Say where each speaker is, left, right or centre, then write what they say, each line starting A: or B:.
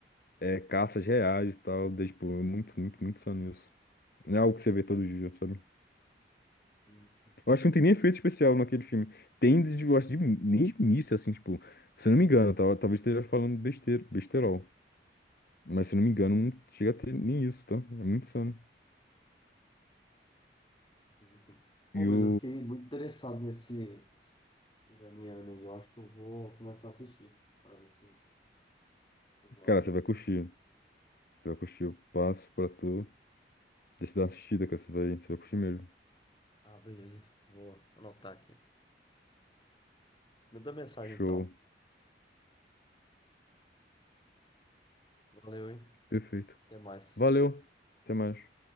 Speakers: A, on the left; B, on the left.
A: é, caças reais e tal. Daí, tipo, é muito, muito, muito só nisso. Não é algo que você vê todo dia, sabe?
B: Tem isso,
A: Eu acho que não tem nem efeito especial naquele filme. Tem, de- eu acho, de, nem de missa, assim, tipo, se eu não me engano, tá? Talvez esteja falando besteira, besterol. Mas se eu não me engano, não chega a ter nem isso, tá? É muito insano.
B: tem isso. Pô,
A: E
B: mas
A: o.
B: eu fiquei muito interessado nesse iraniano aí, eu acho que eu vou começar a assistir, para ver se, se eu gosto
A: Cara, você
B: mesmo.
A: vai curtir. Você vai curtir. Eu passo pra tu. Deixa eu dar uma assistida, cara. Você vai, você vai curtir mesmo.
B: Ah, beleza. Vou anotar aqui. Manda mensagem
A: Show.
B: então. Valeu, hein?
A: Perfeito.
B: Até mais.
A: Valeu. Até mais.